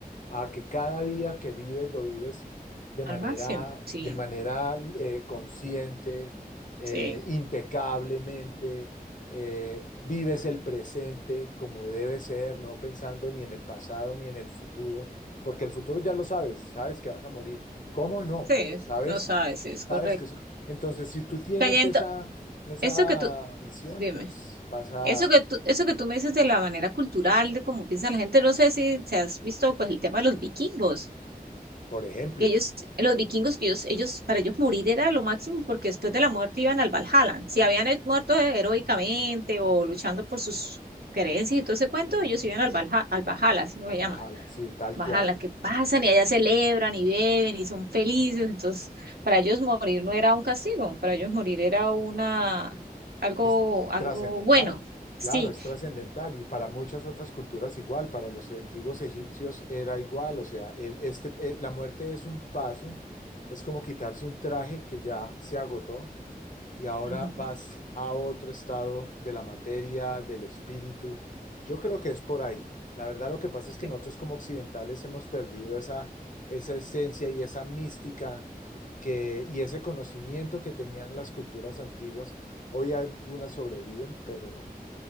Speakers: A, on the left (about 55°); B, on the right (about 80°).
A: A que cada día que vives lo vives de
B: Al
A: manera,
B: máximo. Sí,
A: de manera eh, consciente, eh,
B: sí,
A: impecablemente, eh, vives el presente como debe ser, no pensando ni en el pasado ni en el futuro porque el futuro ya lo sabes, sabes que vas a morir. ¿Cómo no?
B: sí.
A: Pero sabes,
B: No sabes, es correcto.
A: sabes que... eso- Entonces, si tú tienes
B: Cayendo,
A: esa, esa
B: eso que tú,
A: visión,
B: dime.
A: pues vas a,
B: Eso que tú, eso que tú me dices de la manera cultural, de cómo piensa la gente, no sé si se has visto pues el tema de los vikingos,
A: por ejemplo,
B: que ellos, los vikingos, que ellos, ellos, para ellos morir era lo máximo porque después de la muerte iban al Valhalla. Si habían he- muerto heroicamente o luchando por sus creencias y todo ese cuento, ellos iban al Valhalla, al Valhalla, así lo
A: al
B: llaman.
A: Valhalla, sí, tal
B: Valhalla,
A: cual.
B: que pasan y allá celebran y beben y son felices. Entonces, para ellos morir no era un castigo, para ellos morir era una, algo,
A: Es
B: algo
A: trascendental,
B: bueno.
A: claro,
B: Sí.
A: es trascendental y para muchas otras culturas igual, para los antiguos egipcios era igual, o sea, el- este, eh, la muerte es un paso, es como quitarse un traje que ya se agotó y ahora
B: Ujú.
A: vas a otro estado de la materia, del espíritu. Yo creo que es por ahí. La verdad lo que pasa es que
B: Sí,
A: nosotros como occidentales hemos perdido esa, esa esencia y esa mística que, y ese conocimiento que tenían las culturas antiguas. Hoy algunas sobreviven, pero,